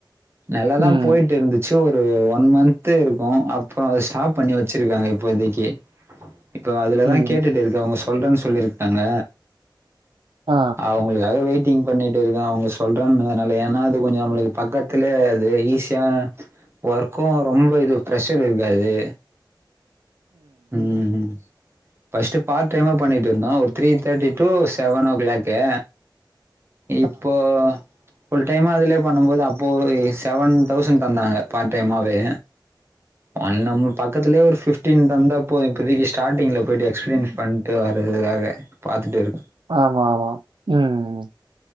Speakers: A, on the right; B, on the right.
A: நல்லா
B: ம்,
A: தா போயிட்டு இருந்துச் சோ ஒரு ஒன் மந்த் இருக்கு அப்றோ அத ஸ்டாப் பண்ணி வெச்சிருக்காங்க இப்போதைக்கு இப்ப அதுலதா
B: ம்.
A: கேட்டுட்டு இருக்கே அவ்ங்க சொல்றன் சொல்லிருக்காங்க
B: ஆ
A: அவ்ங்களுக்காக வெயிட்டிங் பண்ணிட்டு இருக்கே அவ்ங்க சொல்றன்னதனால ஏனா அது கொஞ்ச நம்மளுக்கு பக்கத் த்துல அது ஈஸியா ஒர்க்கு ரொம்ப இது பிரஷர் இருக்காது ம் ம் ஃபஸ்ட்டு பார்ட் டைமா பண்ணிட்டு இருந்தோ ஒரு three thirty to seven O clock
B: <inaudible>
A: இப்போ ஃபுல் டைமா அதுலயே பண்ணும்போது அப்போ எ செவன் தௌசண்ட் தந்தாங்க பார்ட் டைமாவே
B: <inaudible>
A: அது நம்ம பக்கத்துலே ஒரு ஃபிஃப்டின் தந்தப்போ இப்போதைக்கு ஸ்டார்டிங்ல போயிட்டு எக்ஸ்பீரியன்ஸ் பண்ட்டு வர்றதுக்காக பாத்துட்டு இருக்கோ
B: ஆமா ஆமா ம் ம்